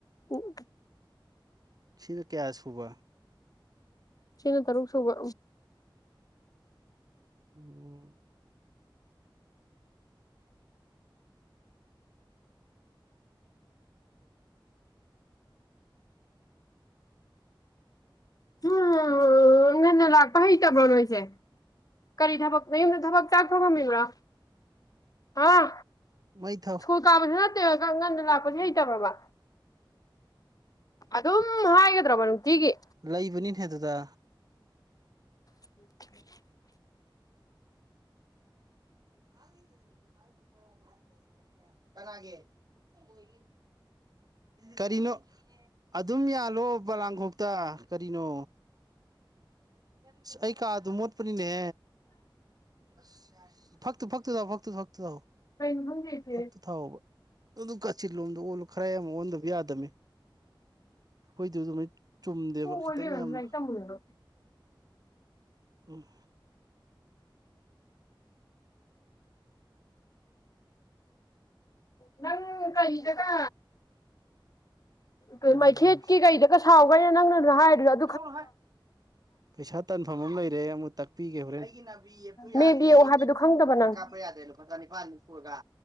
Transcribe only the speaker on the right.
ꯁꯤꯅꯀꯌꯥ ꯁꯨꯕ
ꯎꯝ..
ꯃꯩ ꯊꯥꯎ
ꯂꯩꯕꯅꯤꯅꯦꯍꯦ ꯑꯗꯨꯗ
<unintelligible> ꯀꯅꯥꯒꯤ ꯕꯣꯏꯒꯤ ꯀꯔꯤꯅꯣ ꯑꯗꯨꯝ ꯌꯥꯜꯂꯣ ꯄꯣꯂꯥꯡꯈꯣꯛꯇ ꯀꯔꯤꯅꯣ ꯑꯁ ꯑꯩ ꯀꯥꯗꯨ ꯃꯣꯠꯄꯅꯤꯅꯦ ꯑꯁ ꯑꯁ ꯐꯛꯇꯨ ꯐꯛꯇꯨꯗ ꯐꯛꯇꯨ ꯐꯛꯇꯨ ꯐꯥꯛꯇꯣꯛꯑꯣ
ꯐꯛꯇꯨ ꯊꯥꯎꯕ ꯑꯗꯨ ꯀꯥꯆꯤꯜ ꯂꯣꯝꯗ ꯑꯣꯜꯂꯨ ꯈꯔꯌꯥꯝ ꯑꯣꯟꯗꯕ ꯌꯥꯗꯝꯃꯦ ꯈꯣꯏꯗꯨ ꯅꯨꯃꯤꯠ ꯆꯨꯝꯗꯦꯕ
ꯈꯤꯇꯪ
ꯌꯥꯝꯅ
ꯎꯝ
ꯎꯝ
ꯂꯥꯠꯂꯨꯎꯍꯤꯏ ꯄꯩꯁꯥ ꯇꯟꯐꯝ ꯑꯃ ꯂꯩꯔꯦ ꯑꯃꯨꯇꯥꯛ ꯄꯤꯒꯦꯍꯨꯔꯦꯟ ꯑꯩꯒꯤ ꯅꯕꯤ ꯌꯦꯞꯇꯣ ꯌꯥꯗ꯭ꯔꯦ
ꯄꯩꯁꯥ
ꯀꯥꯞꯄ ꯌꯥꯗ꯭ꯔꯦ ꯂꯨꯄꯥ ꯆꯥꯅꯤꯄꯥꯟꯃꯨꯛ ꯄꯨꯔꯒ